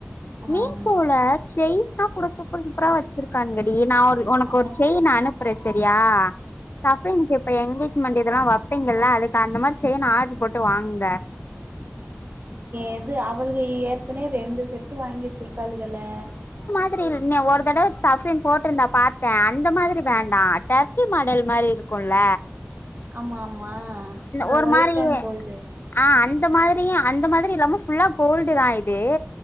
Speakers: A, on the left; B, on the right.
A: மீசோல
B: ஆமா
A: செய்னா கூட சூப்பர் சூப்பரா வச்சிருக்கான்கடி நா ஒரு உனக்கு
B: ஆனா
A: ஒரு செய்ன் அனுப்புறே செரியா சப்ரின் எப் இப்ப எங்கேஜ்மெண்ட் இதெல்லா வெப்பீங்கில்ல அதுக்கு அந்த மாரி செயின் ஆர்டர் போட்டு வாங்குங்க
B: எது அவளுக ஏற்கனவே ரெண்டு செட்டு வாங்கி வச்சருக்காளுங்களே
A: <unintelligible> ஒரு தடவ சப்ரின் போட்டிருந்தா பாத்தே அந்த மாதிரி வேண்டா டர் கி மாடல் மாரி இருக்குல்ல
B: ஆமா ஆமா அந்த
A: ஒரு
B: ஒயிட்
A: மாரி
B: அண் கோல்டு
A: ஆ அந்த மாதிரி அந்த மாதிரி ரொம்ப ஃபுள்ளா இல்லாம கோல்டு தா இது